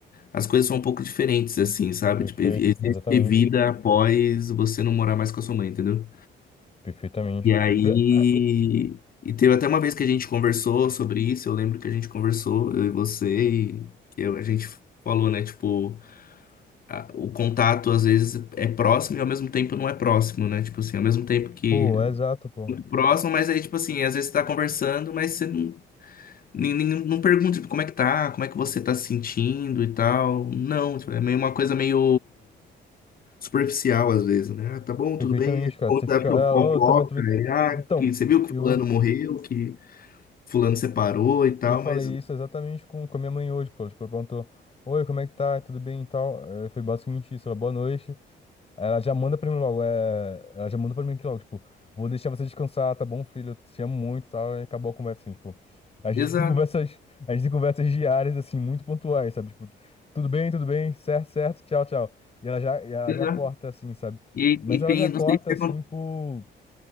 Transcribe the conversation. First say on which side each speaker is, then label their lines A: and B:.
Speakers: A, on the left (about 45°); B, on the left (about 30°).
A: as coisas são um pouco diferentes, assim, sabe?
B: Perfeito,
A: Tipo, existe
B: exatamente.
A: vida após você não morar mais com a sua mãe, entendeu?
B: Perfeitamente.
A: E aí.
B: Pe- é,
A: E teve até uma vez que a gente conversou sobre isso, eu lembro que a gente conversou, eu e você, e que eu- a gente falou, né? Tipo, a- o contato às vezes é próximo e ao mesmo tempo não é próximo, né? Tipo assim, ao mesmo tempo que
B: Pô, é exato, pô.
A: próximo, mas aí, tipo assim, às vezes você tá conversando, mas você não Nem, nem- não pergunta, tipo, como é que tá, como é que você tá se sentindo e tal. Não, tipo, é meio uma coisa meio superficial às vezes, né? Ah, tá bom,
B: Perfeitamente,
A: tudo bem.
B: cara.
A: Ou
B: Você
A: dá
B: fica.
A: pra
B: Ah,
A: fofoca,
B: oh, tô bem, tô bem.
A: e, ah,
B: Então,
A: que você viu que
B: eu,
A: fulano morreu, que fulano separou e tal,
B: eu falei
A: mas...
B: isso exatamente com, com a minha mãe hoje, pô. Tipo, ela perguntou: Oi, como é que tá? Tudo bem e tal? Eh, foi basicamente isso. Ela, boa noite. Ela já manda pra mim logo, é... Ela já manda pra mim aqui logo, tipo, vou deixar você descansar, tá bom, filho? Eu te amo muito, e tal, e acabou a conversa, assim, tipo. A gente
A: Exato,
B: tem conversas, a gente tem conversas diárias, assim, muito pontuais, sabe? Tipo, tudo bem, tudo bem, certo, certo, tchau, tchau. E ela já, e ela
A: exato.
B: já corta, assim, sabe?
A: E,
B: Mas
A: e
B: ela
A: tem,
B: já corta,
A: não sei se
B: assim,
A: acontece.
B: por...